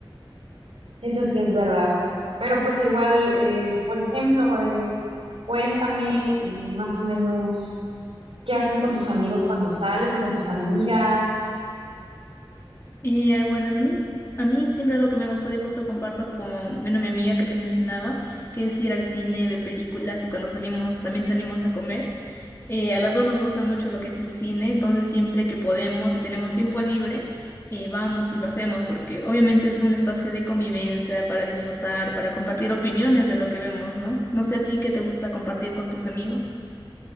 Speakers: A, on the right; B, on the left.
A: Eso sí es verdad. Pero pues igual, eh, por ejemplo, eh, cuéntame eh, más o menos qué haces con tus amigos cuando sales o con tus amigas.
B: Eh, bueno, a mí, a mí siempre lo que me gusta y justo comparto con, bueno, mi amiga que te mencionaba, que es ir al cine, ver películas y cuando salimos también salimos a comer. Eh, a las dos nos gusta mucho lo que es el cine, entonces siempre que podemos y tenemos tiempo libre, eh, vamos y lo hacemos porque obviamente es un espacio de convivencia para disfrutar, para compartir opiniones de lo que vemos, ¿no? No sé a ti qué te gusta compartir con tus amigos.